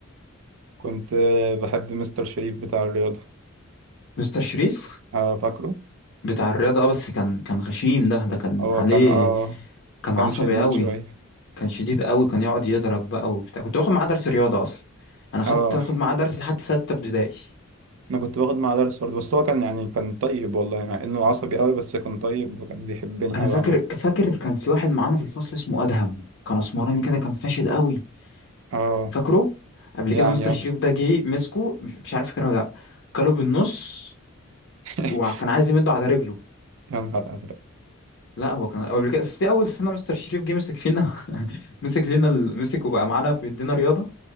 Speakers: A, on the right (about 65°); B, on the left (about 55°).
A: كنت بحب مستر شريف بتاع الرياضة
B: مستر شريف
A: اه فاكره
B: بتاع الرياضه اه بس كان كان غشيم ده ده كان
A: هو
B: عليه
A: كان اه
B: كان
A: كان
B: عصبي
A: شديد
B: قوي
A: شوية
B: كان شديد قوي كان يقعد يضرب بقى وبتاع كنت باخد معاه درس رياضه اصلا انا خدت
A: اه
B: اخد معاه درس لحد سته ابتدائي
A: انا كنت باخد معاه درس برضه بس هو كان يعني كان طيب والله مع انه عصبي قوي بس كان طيب وكان بيحبني
B: انا
A: قوي
B: فاكر
A: عامة
B: فاكر كان في واحد معانا في الفصل اسمه ادهم كان اسمراني كده كان فاشل قوي
A: اه
B: فاكره قبل
A: يعني
B: كده مستر شريف
A: اه
B: ده جه مسكه مش مش عارف فاكره ولا لا كله بالنص
A: <laughs>
B: وكان عايز يمده على رجله
A: يا نهار ازرق
B: لا هو كان قبل كده في اول سنه مستر شريف جه مسك فينا <laughs> مسك لنا ال- مسك وبقى معانا في بيدينا رياضه